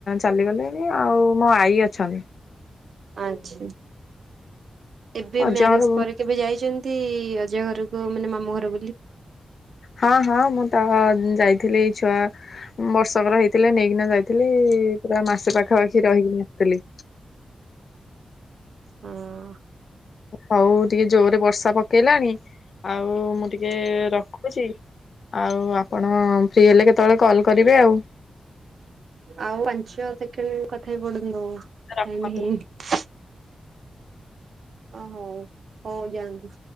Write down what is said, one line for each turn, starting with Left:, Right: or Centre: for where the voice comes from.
Left: ଚାଲିଗଲେଣି ଆଉ ମୋ ଆଈ ଅଛନ୍ତି।
Right: ଆଛ ଏବେ
Left: ମୋ ଅଜାଙ୍କର
Right: ମ୍ୟାରେଜ ପରେ କେବେ ଯାଇଚ ନ୍ତି ଅଜା ଘରକୁ ମାନେ ମାମୁଁ ଘର ବୋଲି?
Left: ହଁ ହଁ ମୁଁ ତ ଯାଇଥିଲି ଛୁଆ ବର୍ଷକର ହେଇଥିଲେ ନେଇକି ନେଇକିନା ଯାଇଥିଲି ପୁରା ମାସେ ପାଖାପାଖି ରହିକିନି ଆସିଥିଲି।
Right: ହଁ।
Left: ହଉ ଟିକେ ଜୋରରେ ବର୍ଷା ପକେଇଲାଣି ଆଉ ମୁଁ ଟିକେ ରଖୁଚି ଆଉ ଆପଣ ଫ୍ରି ହେଲେ କେତେବେଳେ କଲ୍ କରିବେ ଆଉ।
Right: ଆଉ ପାଞ୍ଚ ସେକେଣ୍ଡ କଥା ହେଇ ପଡନ୍ତୁ
Left: ରଖନ୍ତୁ।
Right: ଟାଇମି ହେଇନି। ଅ ହଉ ହଉ ଯାଆନ୍ତୁ।